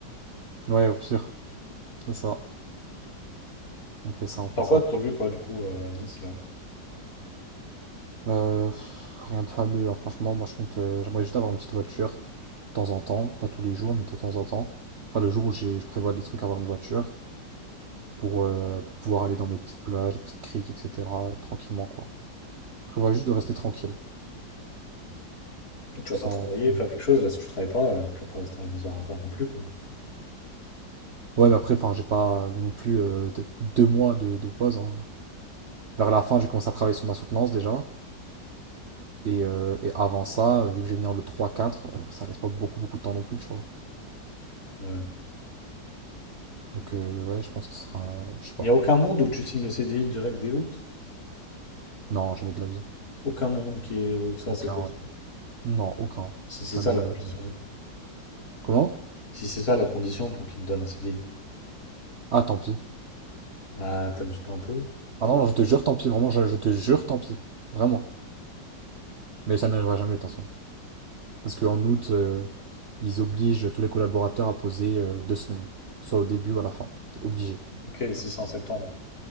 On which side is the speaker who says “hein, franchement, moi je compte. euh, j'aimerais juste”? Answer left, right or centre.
Right